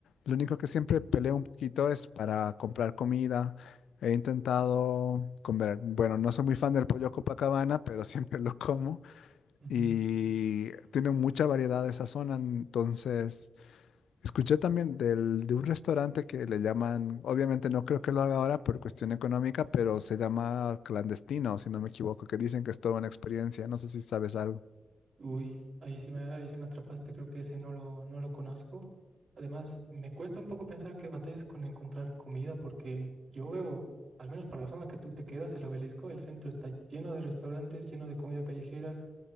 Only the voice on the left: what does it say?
Lo único que siempre peleo un poquito es para comprar comida. He intentado comer, bueno, no soy muy fan del pollo Copacabana, pero <laughs> siempre lo como
y tiene mucha variedad esa zona. Entonces, escuché también del, de un restaurante que le llaman, obviamente no creo que lo haga ahora por cuestión económica, pero se llama Clandestino, si no me equivoco, que dicen que es toda una experiencia. No sé si sabes algo.